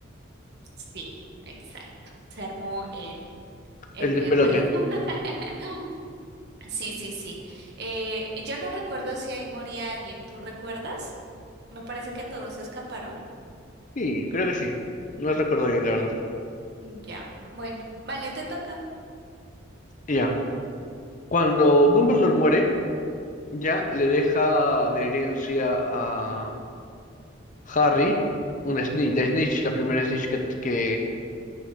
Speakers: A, on the right (about 55°); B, on the left (about 40°).
A: Sí, exacto. Se armó el, el
B: el
A: mierdero.
B: despelote.
A: <laughs>
B: Ujú.
A: Sí, sí, sí. Eh, yo no recuerdo si ahí moría alguien, ¿tú recuerdas? Me parece que todos se escaparon.
B: Sí, creo que sí. No recuerdo bien, la verdad.
A: Ya, bueno, vale, te toca.
B: Ya, cuando Dumbledore muere, ya le deja de herencia a Harry, un Snitch, la Snitch, la primera Snitch que, que,